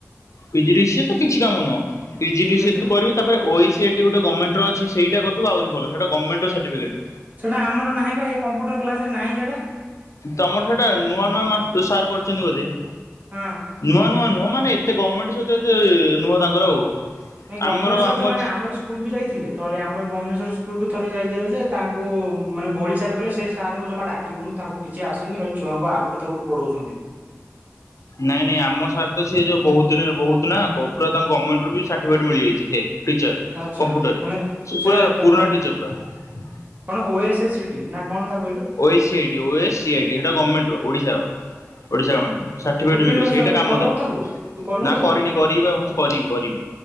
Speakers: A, on the left (about 75°); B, on the right (about 30°).
A: ପିଜି ଡ଼ି ସିଏ ତ କିଛି କାମ ନୁହଁ ପିଜି
B: ସେଇ
A: ଡି
B: କଥା
A: ସିଏ ତୁ କରିବୁ। ତା ପରେ ଓ ଏ ଏସି ଏଡି ଗୋଟେ ଗର୍ମେଣ୍ଟର ଅଛି ସେଇଟା କରିଦବୁ ଆହୁରିଭଲ ସେଟା ଗର୍ମେଣ୍ଟର ସାଟିଫିକେଟ୍।
B: ସେଇଟା ଆମର ନାହିଁ ବା ଏଇ କମ୍ପୁଟର କ୍ଲାସ୍ ରେ ନାହିଁ ସେଟା।
A: ତମର ସେଇଟା ନୂଆ ନୂଆ ମାସ୍ ସାର୍ କରୁଛନ୍ତି ବୋଧେ?
B: ହଁ।
A: ନୂଅ ନୂଅ ନୁହଁ ମାନେ ଏତେ ଗର୍ମେଣ୍ଟ ସେଇଟା ଯେ ନୁହଁ ତାଙ୍କର ଆଉ।
B: ନାଇଁ ଗର୍ମେଣ୍ଟ୍
A: ଆମର
B: ସହିତ
A: ଆମର
B: ମାନେ
A: ଯି
B: ଆମରି ସ୍କୁଲ କୁ ଯାଇଥିଲେ ଥରେ ଆମ <inaudible> ସ୍କୁଲ କୁ ଥରେ ଯାଇଥିଲେ ଯେ ତାଙ୍କୁ ମାନେ <inaudible> ସାର୍ କଲେ ସେ ସାର୍ ଙ୍କୁ ଜମା ଡାକିବୁନି ତାଙ୍କୁ କିଛି ଆସୁନି ଖାଲି ଛୁଆଙ୍କୁ ଆବୁଡୁ ତାବୁଡୁ ପଢଉସନ୍ତି।
A: ନାଇଁ ନାଇଁ ଆମ ସାର୍ ତ ସିଏ ଯୋଉ ବହୁ ଦିନ ବହୁତ୍ ନା ଗପୁରା ତାଙ୍କ ଗର୍ମେଣ୍ଟରୁ ବି ସାର୍ଟିଫିକେଟ୍ ମିଳିଯାଇଚି ଯେ। ଟିଚରରେ
B: ଆଚ୍ଛା
A: କମ୍ପ୍ୟୁଟର ରେ
B: ମାନେ
A: ସେ ପୁରା
B: ଟ
A: ପୁରୁଣା ଟିଚର୍ ପୁରା।
B: କଣ ଓ ଏସ୍ ସିଟି ନା କଣ ତା କଇଲୁ?
A: ଓଏସ୍ ସିଆଡି ଓଏସ୍ ସି ଆଡି ସେଟା ଗର୍ମେଣ୍ଟର ଓଡ଼ିଶାର ଓଡ଼ିଶା ଗର୍ମେଣ୍ଟର। ସାର୍ଟିଫିକେଟ୍
B: ତୁ କେଇ
A: ମିଳିବ
B: ବର୍ଷ
A: ସେଇଟା
B: ତୁ
A: କାମ
B: କଲୁଣୁ
A: ଦବ
B: ତାକୁ ତୁ କଲୁଣୁ
A: ନା
B: ତାକୁ
A: କରିନି କରିବି ଭାବୁଚି କରିବି କରିବି।